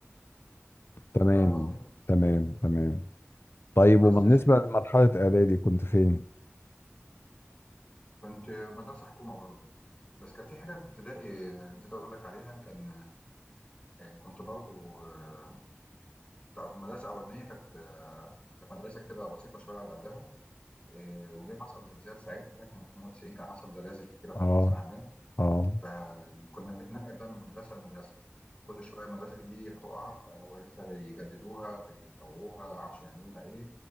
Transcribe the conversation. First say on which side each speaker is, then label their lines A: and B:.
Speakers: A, on the left; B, on the left.
A: تمام
B: فاهم قصدي؟
A: تمام تمام طيب وبالنسبة
B: بس يا سيدي
A: لمرحلة إعدادي كنت فين؟
B: كنت في مدرسة حكومة برضه بس كان في حاجة في ابتدائي نسيت أقول لك عليها كان يعني كنت برضه آه، لا، في المدرسة الأولانية كانت آه، كانت مدرسة كده بسيطة شوية على قدها آه، وجه حصل زلزال ساعتها كان 92 كان حصل زلازل كتيرة في
A: اه
B: مصر عندنا
A: اه
B: فكنا بنتنقل بقى من مدرسة لمدرسة كل شوية المدرسة دي هتقع فلسه هيجددوها هيطوروها عارفش يعملوا لها ايه